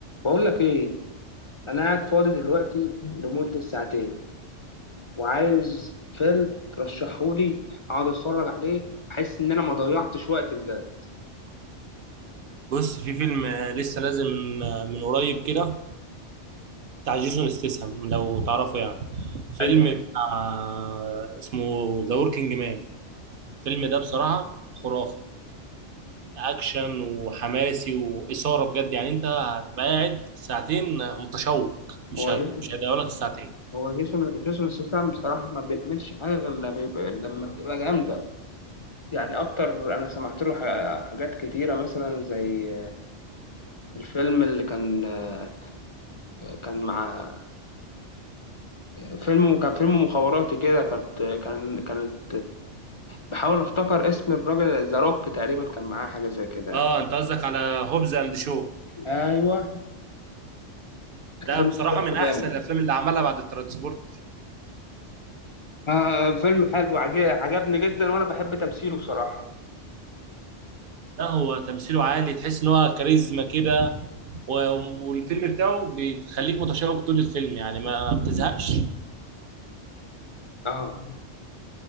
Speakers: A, on the left (about 35°); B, on the right (about 55°).
A: بقول لك ايه انا قاعد فاضي دلوقتي لمدة ساعتين وعايز فيلم ترشحهولي اقعد اتفرج عليه احس ان انا ما ضيعتش وقت بجد
B: بص في فيلم آه، لسه نازل من آه، من قريب كده بتاع جيسون استسهم لو تعرفه يعني فيلم
A: ايوه
B: بتاع اسمه ذا وركينج مان الفيلم ده بصراحة خرافة أكشن وحماسي وإثارة بجد يعني أنت هتبقى قاعد ساعتين متشوق مش
A: هو
B: هت...
A: جيسون
B: مش هيضيعوا لك الساعتين
A: هو جيسون جيسون ستاثام بصراحة ما بيعملش حاجة غير لما يبقى لما بتبقى جامدة يعني اكتر انا سمعت له ح- حاجات كتيرة مثلا زي الفيلم اللي كان آه، كان مع فيلم كان فيلم مخابراتي كده كانت كان كانت بحاول افتكر اسم الراجل ذا روك تقريبا كان معاه حاجه زي كده يعني
B: اه انت قصدك على هوبز اند شو
A: ايوه الفيلم
B: ده بصراحة
A: ده
B: من أحسن
A: جامد
B: الأفلام اللي عملها بعد الترانسبورت
A: آه فيلم حلو عج- عجبني جدا وانا بحب تمثيله بصراحه
B: لا هو تمثيله عالي تحس ان هو كاريزما كده و- والفيلم بتاعه بيخليك متشوق طول الفيلم يعني ما بتزهقش
A: اه